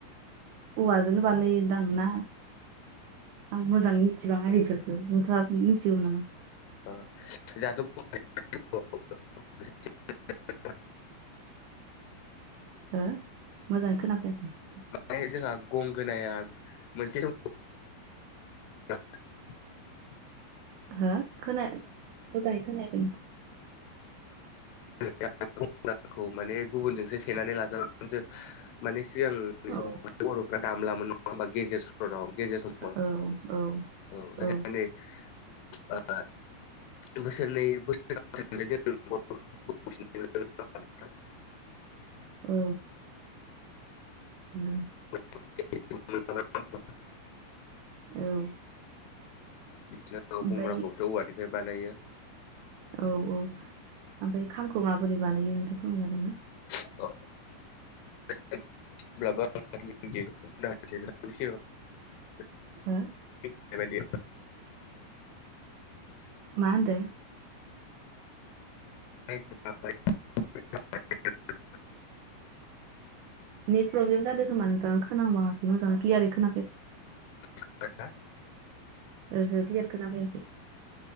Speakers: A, on the right; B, on the left.
A: औवाजों नो बानायोदां ना? आं मोजां मिथिबाङा इफोरखौ नोंथाङा मिथिगौ नामा?
B: <unintelligible>
A: हो मोजाङै खोनाफैयाखै।
B: माने जोंहा गंगोनाया मोनसे द <unintelligible> <unintelligible>
A: हो खोना मोजांयै खोनायाखै नों
B: <unintelligible> खौ माने गुबुनजोंसो सेनानै लाजागोन जों माने सिगांनि
A: औ
B: समाव बरफ्रा दामला मोन <unintelligible>
A: औ औ औ
B: <unintelligible> <unintelligible>
A: औ नंगो
B: <unintelligible>
A: औ
B: बिदिनो
A: ओमफ्राय
B: गंग्राखौबोथ औवानिफ्राय बानायो।
A: औ औ ओमफ्राय खामखौ माबोरै बानायो नोंथां फोरमायनो हागोन ना?
B: <unintelligible> <unintelligible>
A: हा
B: बेबायदि
A: मा होनदो
B: <unintelligible>
A: नेट प्रब्लेम जादों खोमा नोंथाङा खोनाबाङाखै मोजांङै ल्कियारै खोनाफैया।
B: <unintelligible>
A: ओहो ल्कियार खोनाफैयाखै।